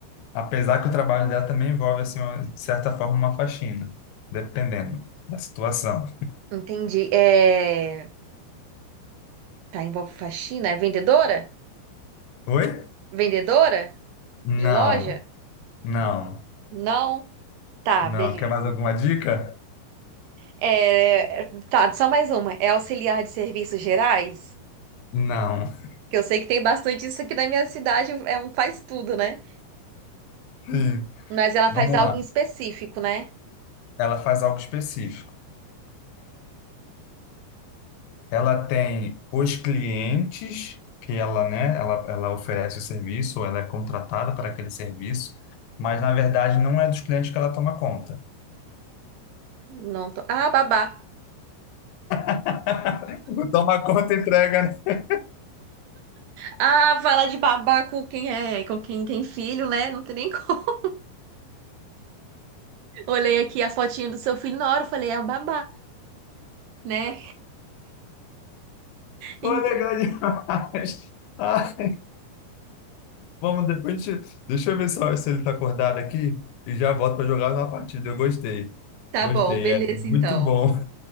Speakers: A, on the left; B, on the right.
A: Apesar que o trabalho dela também envolve, assim, uma- de certa forma, uma faxina, dependendo da situação.
B: Entendi. É... Tá, envolve faxina? É vendedora?
A: Oi?
B: Vendedora
A: Não,
B: de loja?
A: não,
B: Não. Tá,
A: não.
B: beleza.
A: Quer mais alguma dica?
B: É... é, Tá, só mais uma. É auxiliar de serviços gerais?
A: Não.
B: Que eu sei que tem bastante isso aqui na minha cidade, é um faz tudo, né?
A: Sim.
B: Mas ela
A: Vamos
B: faz algo
A: lá.
B: em específico, né?
A: Ela faz algo específico. Ela tem os clientes que ela, né, ela, ela oferece o serviço, ou ela é contratada para aquele serviço, mas na verdade não é dos clientes que ela toma conta.
B: Não tô... Ah, babá.
A: <laughs> O toma conta entrega, né?
B: Ah, fala de babá com quem é, com quem tem filho, né? Não tem nem como. Olhei aqui a fotinha do seu filho na hora, eu falei, é um babá, né? Entendi.
A: Pô, legal demais. Ai, vamos depois, a deixa eu ver só se ele tá acordado aqui e já volto para jogar na partida. Eu gostei.
B: Tá
A: Gostei,
B: bom, beleza
A: é
B: então.
A: muito bom. <laughs>